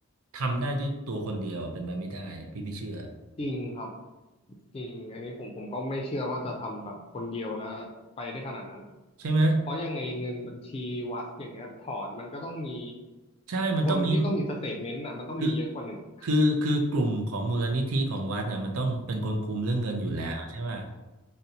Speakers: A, on the right (about 80°); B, on the left (about 25°).
A: ทำได้ด้วยตัวคนเดียวเป็นไปไม่ได้พี่ไม่เชื่อ
B: จริงครับจริงอันนี้ผมผมก็ไม่เชื่อว่าจะทำแบบคนเดียวแล้วไปได้ขนาดนั้น
A: ใช่ไหม
B: เพราะยังไงเงินบัญชีวัดอย่างเงี้ยถอนมันก็ต้องมี
A: ใช่มันต้องมี
B: คนที่ต้องมีสเตทเมนต์อ่ะมันต้องมีเยอะกว่าหนึ่งอะ
A: คือคือคือกลุ่มของมูลนิธิของวัดเนี่ยมันต้องเป็นคนคุมเรื่องเงินอยู่แล้วใช่ป่ะ